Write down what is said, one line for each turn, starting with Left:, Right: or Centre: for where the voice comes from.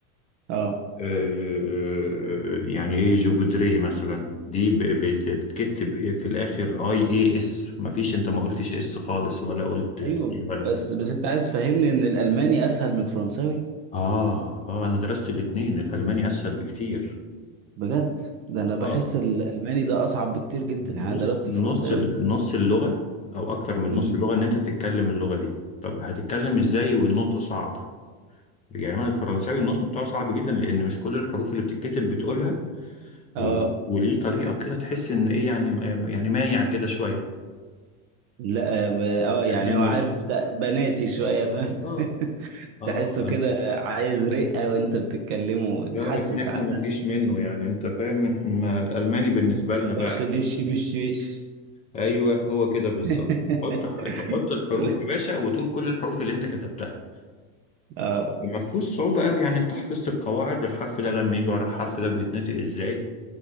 Right: اه
Left: آه، يعني ايه جوفودري مثلا دي ب- بت- بتكتب ايه في الاخر اي اي اس مفيش انت ما قلتش اس خالص ولا قلت ال
Right: ايوه
Left: A ولا
Right: بس بس انت عايز تفهمني ان الالماني اسهل من الفرنساوي
Left: اه اه انا درست الاتنين الالماني اسهل بكتير
Right: بجد ده انا
Left: اه
Right: بحس الالماني ده اصعب بكتير جدا
Left: بص
Right: يعني انا درست
Left: نص
Right: فرنساوي
Left: ال- نص اللغة او اكتر من
Right: امم
Left: نص اللغة ان انت تتكلم اللغة دي طب هتتكلم ازاي والنطق صعب يعني انا الفرنساوي النطق بتاعه صعب جدا لان مش كل الحروف اللي بتتكتب بتقولها
Right: اه
Left: وليه وليه طريقة كده تحس ان ايه يعني آه، يعني مايع كده شوية
Right: لا ب... اه يعني
Left: لكن
Right: هو عارف
Left: ال...
Right: بتاع- بناتي شويه فاهم
Left: اه
Right: <laughs>
Left: اه
Right: تحسه
Left: بقى-
Right: كده عايز رقه وانت بتتكلمه وتحسس
Left: لا لكن احنا
Right: على
Left: ما فيش منه يعني انت فاهم احنا الالماني بالنسبه لنا بقى
Right: خديش بالشيش
Left: ايوه هو كده بالظبط
Right: <laughs>
Left: حط ح- تحط الحروف
Right: كل
Left: يا باشا وتقول كل الحروف اللي انت كتبتها
Right: آه.
Left: ما فيهوش صعوبه قوي يعني انت حفظت القواعد الحرف ده لما يجي ورا الحرف ده بيتنطق ازاي